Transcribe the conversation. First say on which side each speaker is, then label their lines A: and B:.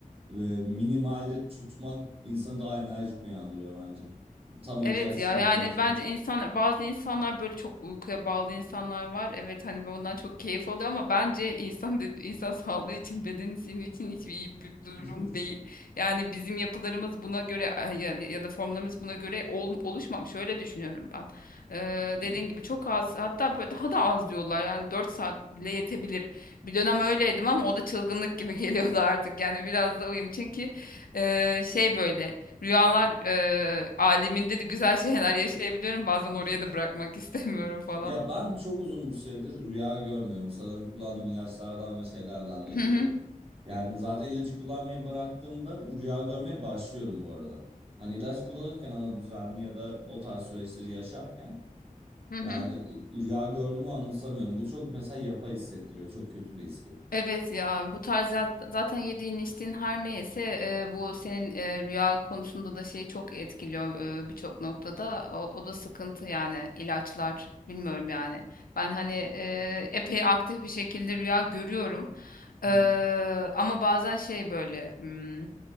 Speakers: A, on the right (about 40°); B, on the left (about 75°).
A: e, minimalde tutmak insanı daha enerjik uyandırıyor bence. Tam ihtiyaç
B: Evet
A: sınırında
B: ya yani
A: tutmak.
B: bence insan bazı insanlar böyle çok uykuya bağlı insanlar var. Evet hani ondan çok keyif alıyor ama bence insan de- insan sağlığı için beden için için hiçbir iyi bir durum
A: <laughs>
B: değil. Yani bizim yapılarımız buna göre ay- ya, ya da formlarımız buna göre ol- oluşmamış. Öyle düşünüyorum ben. Ee,
A: Evet.
B: dediğin gibi çok az hatta böyle daha da az diyorlar. Yani 4 saat bile yetebilir. Bir dönem öyleydim ama o da çılgınlık gibi <laughs> geliyordu artık. Yani biraz da uyum çünkü e, şey böyle. Rüyalar eee aleminde de güzel şeyler yaşayabiliyorum. Bazen
A: <laughs>
B: oraya da bırakmak <laughs> istemiyorum falan.
A: Ya ben çok uzun bir süredir rüya görmüyorum. Sanırım kullandığım ilaçlardan ve şeylerden de
B: Hı
A: dolayı.
B: hı,
A: Yani zaten ilacı kullanmayı bıraktığımda rüya görmeye başlıyorum bu arada. Hani ilaç kullanırken ama düzenli ya da o tarz süreçleri yaşarken
B: hı hı.
A: yani rüya gördüğümü anımsamıyorum. Bu çok mesela yapay hissettiriyor. Çok kötü bir his bu.
B: Evet ya bu tarz ya- zaten yediğin içtiğin her neyse e, bu senin e, rüya konusunda da şeyi çok etkiliyor e, birçok noktada. O, o da sıkıntı yani ilaçlar bilmiyorum yani. Ben hani e, epey aktif bir şekilde rüya görüyorum.
A: <laughs>
B: E, ama bazen şey böyle hmm,